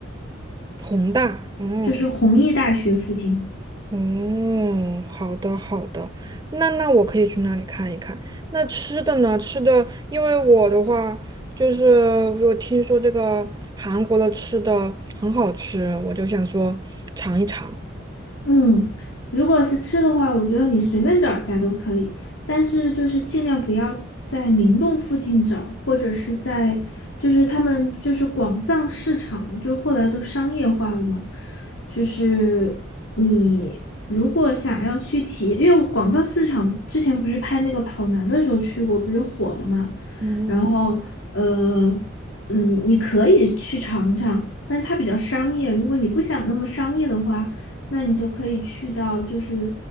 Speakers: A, on the right; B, on the left.
A: 宏大，嗯。
B: 就是弘毅大学附近。
A: 哦，好的好的，那那我可以去那里看一看。那吃的呢？吃的，因为我的话，就是我听说这个韩国的吃的很好吃，我就想说尝一尝。
B: 嗯，如果是吃的话，我觉得你随便找一家都可以，但是就是尽量不要在明洞附近找，或者是在就是他们就是广藏市场，就后来都商业化了嘛。就是你如果想要去体验，因为广藏市场之前不是拍那个跑男的时候去过，不就火了嘛。
A: 嗯，
B: 然后呃嗯，你可以去尝尝，但是它比较商业。如果你不想那么商业的话，那你就可以去到，就是